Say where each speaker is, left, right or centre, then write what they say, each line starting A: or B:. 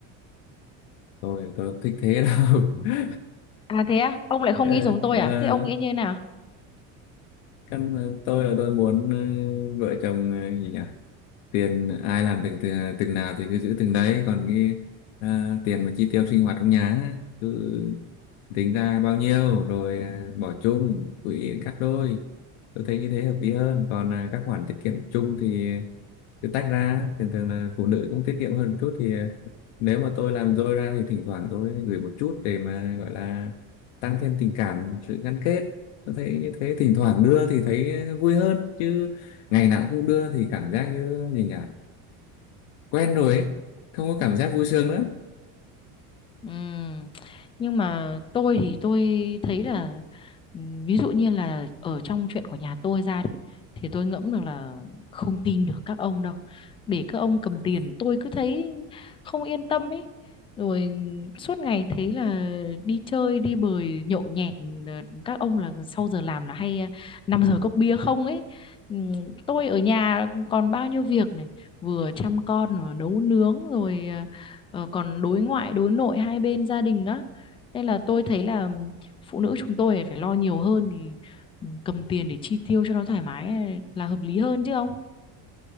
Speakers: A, on the left (about 85°); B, on the left (about 15°).
A: tôi tôi không thích thế đâu <laughs>
B: À thế á, ông lại không
A: Ờ,
B: nghĩ giống tôi
A: ờ,
B: à? Thế ông nghĩ như thế nào?
A: căn tôi là tôi muốn ờ, vợ chồng ờ, gì nhỉ tiền ai làm từng từng, từng nào thì cứ giữ từng đấy còn cái à, tiền mà chi tiêu sinh hoạt trong nhà á, cứ tính ra bao nhiêu rồi à, bỏ chung quỹ cắt đôi tôi thấy như thế hợp lý hơn còn à, các khoản tiết kiệm chung thì cứ tách ra thường thường là phụ nữ cũng tiết kiệm hơn một chút thì à, nếu mà tôi làm dôi ra thì thỉnh thoảng tôi gửi một chút để mà gọi là tăng thêm tình cảm sự gắn kết tôi thấy như thế thỉnh thoảng đưa thì thấy vui hơn chứ ngày nào cũng đưa thì cảm giác như gì nhỉ quen rồi ấy không có cảm giác vui sướng nữa
B: Ừm, Nhưng mà tôi thì tôi thấy là ừm, ví dụ như là ở trong chuyện của nhà tôi ra đi thì tôi ngẫm được là không tin được các ông đâu. Để các ông cầm tiền tôi cứ thấy không yên tâm ấy. Rồi suốt ngày thấy là đi chơi đi bời nhậu nhẹt ờ, các ông là sau giờ làm là hay ờ, 5 giờ cốc bia không ấy. Ừm, Tôi ở nhà còn bao nhiêu việc này, vừa chăm con rồi nấu nướng rồi ờ, Ờ, còn đối ngoại đối nội hai bên gia đình á nên là tôi thấy là phụ nữ chúng tôi phải lo nhiều hơn thì ừ, cầm tiền để chi tiêu cho nó thoải mái là hợp lý hơn chứ ông